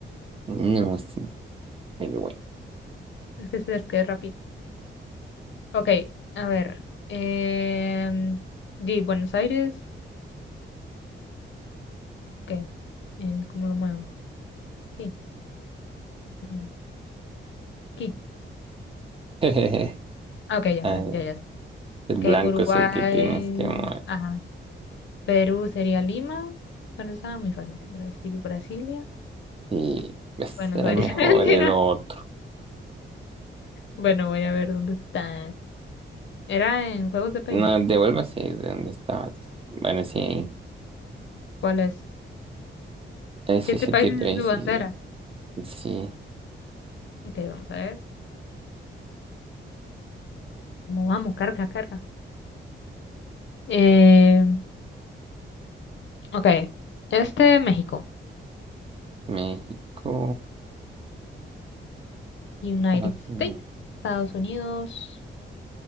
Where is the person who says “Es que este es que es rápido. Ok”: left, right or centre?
Left